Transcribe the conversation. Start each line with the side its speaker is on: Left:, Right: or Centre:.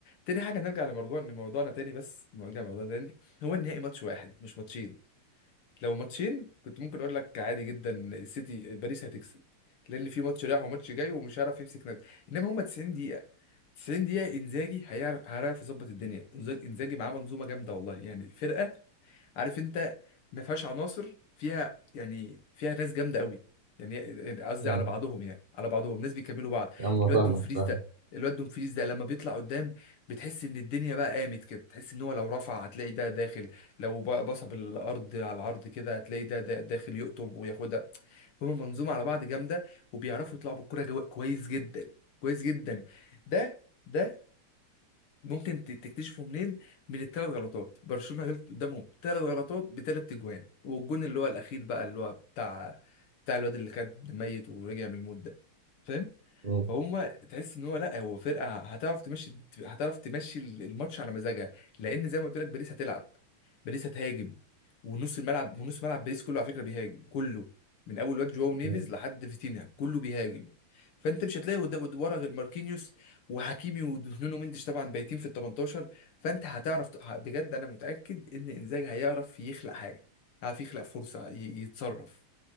Left: تاني حاجه نرجع لموضوع لموضوعنا تاني بس نرجع لموضوع تاني هو النهائي ماتش واحد مش ماتشين لو ماتشين كنت ممكن اقول لك عادي جدا سيتي باريس هتكسب لان في ماتش رايح وماتش جاي ومش هيعرف يمسك نفسه انما هم 90 دقيقه 90 دقيقه انزاجي هيعرف هيعرف يظبط الدنيا إنزا- انزاجي معاه منظومه جامده والله يعني فرقه عارف انت ما فيهاش عناصر فيها يعني فيها ناس جامده قوي يعني يعني قصدي
Right: مم.
Left: على بعضهم يعني على بعضهم ناس بيكملوا بعض
Right: يا عم أنا
Left: الواد
Right: فاهمك
Left: دومفريز
Right: فاهم
Left: ده الواد دومفريز ده لما بيطلع قدام بتحس ان الدنيا بقى قامت كده تحس ان هو لو رفع هتلاقي ده داخل لو ب- بصب الارض على العرض كده هتلاقي ده, ده داخل يقطب وياخدها هما منظومه على بعض جامده وبيعرفوا يطلعوا بالكوره جو- كويس جدا كويس جدا ده ده ممكن ت- تكتشفه منين من الثلاث غلطات برشلونة غلط قدامهم ثلاث غلطات بثلاث اجوان والجون اللي هو الاخير بقى اللي هو بتاع بتاع الواد اللي كان ميت ورجع من الموت ده فاهم
Right: مم.
Left: فهم تحس ان هو لا هو فرقه هتعرف تمشي هتعرف تمشي الماتش على مزاجها لان زي ما قلت لك باريس هتلعب باريس هتهاجم ونص الملعب ونص ملعب باريس كله على فكره بيهاجم كله من اول واد جواو نيفيز
Right: مم.
Left: لحد فيتينها كله بيهاجم فانت مش هتلاقي قدام ورا غير ماركينيوس وحكيمي ودونو مندش طبعا بايتين في ال 18 فانت هتعرف ت- ه- بجد انا متاكد ان انزاج هيعرف يخلق حاجه هيعرف يخلق فرصه ي- يتصرف